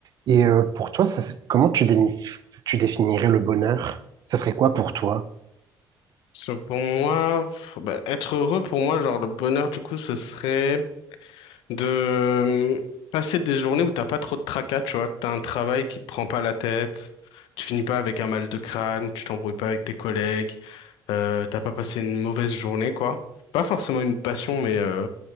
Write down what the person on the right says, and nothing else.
Et euh, pour toi, ça, c'est- comment tu, déni- tu définirais le bonheur? Ça serait quoi pour toi?